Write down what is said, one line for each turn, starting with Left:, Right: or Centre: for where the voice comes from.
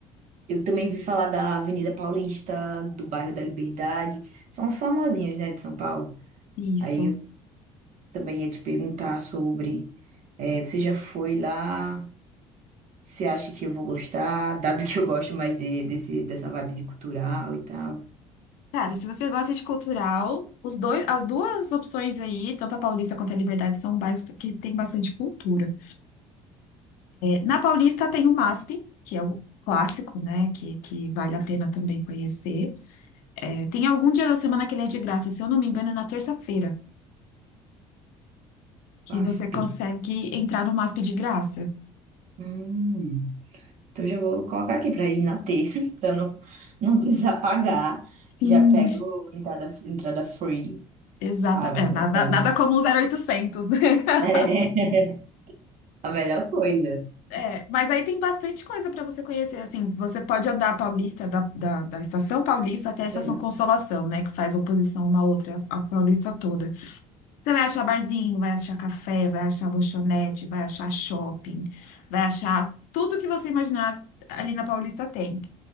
Right: eu também vi falar da Avenida Paulista, do bairro da Liberdade. São os famosinhos, né, de São Paulo.
Left: isso.
Right: Aí eu também ia te perguntar sobre. é, você já foi lá? Você acha que eu vou gostar? Dado que eu gosto mais de, desse, dessa vibe de cultural e tal.
Left: Cara, e se você gosta de cultural, os dois, as duas opções aí, tanto a Paulista quanto a Liberdade, são bairros que tem bastante cultura. Na Paulista tem o MASP, que é o clássico, né? Que, que vale a pena também conhecer. É, tem algum dia da semana que ele é de graça, se eu não me engano, é na terça-feira, que
Right: Vasp.
Left: você consegue entrar no MASP de graça.
Right: Hum. Então já vou colocar aqui para ir na terça, <laughs> para não, não precisar pagar.
Left: Sim,
Right: Já pego entrada, entrada free.
Left: exatamente.
Right: Ah, vai ser
Left: É, nada,
Right: legal.
Left: nada
Right: <laughs>
Left: como um zero oitocentos, né? <laughs>
Right: É, a melhor coisa.
Left: É, mas aí tem bastante coisa para você conhecer, assim, você pode andar a Paulista, da, da, da Estação Paulista até a Estação
Right: Uhum.
Left: Consolação, né, que faz oposição uma à outra, a Paulista toda. Você vai achar barzinho, vai achar café, vai achar lanchonete, vai achar shopping, vai achar tudo que você imaginar ali na Paulista tem.